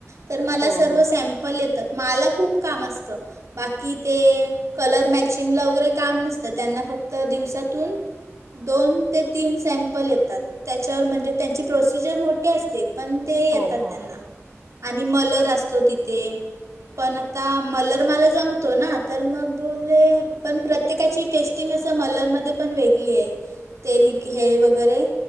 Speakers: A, on the right; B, on the right.
A: तर मला
B: हो
A: सर्व
B: हो.
A: सॅम सॅमपल येतात. माला खूप काम असत. बाकी ते कलर मॅचिंगला वगैरे काम नसतं. त्यांना फक्त दिवसातून दोन ते तीन सॅम्पल येतात. त्याच्यावर म्हणजे त्यांची प्रोसिजर मोठी असते. पण ते येतात
B: हो
A: त्यांना, आणि मलर असतो तिथे पण आता मलर मला जमतो ना, तर मग बोलले, पण प्रत्येकाची टेस्ट स्टिंग असं मलरमध्ये पण वेगली ये. ते लि हे वगैरे